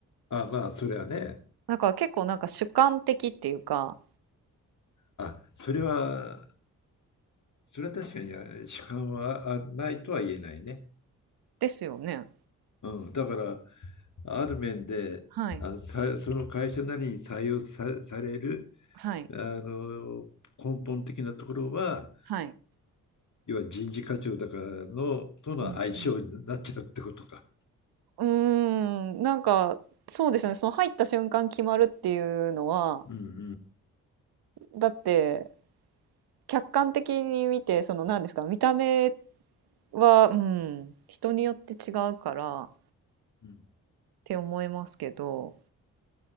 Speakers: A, on the left (about 50°); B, on the right (about 70°).
A: あ、まあ、それはね。
B: だから結構なんか主観的っていうか、
A: あ、それは、それは確かにあ主観はあないとは言えないね。
B: ですよね。
A: うん。だから、ある面で、
B: はい。
A: あ、さその会社なりに採用さ、される
B: はい。
A: あの根本的なところは
B: はい。
A: 要は人事課長だからのとの相性になっちゃうってことか。
B: うん、うん。うーん、なんか、そうですね。その入った瞬間決まるっていうのは、
A: うんうん
B: だって、客観的に見て、その何ですか、見た目は、うん、人によって違うからっ
A: うん
B: て思いますけど、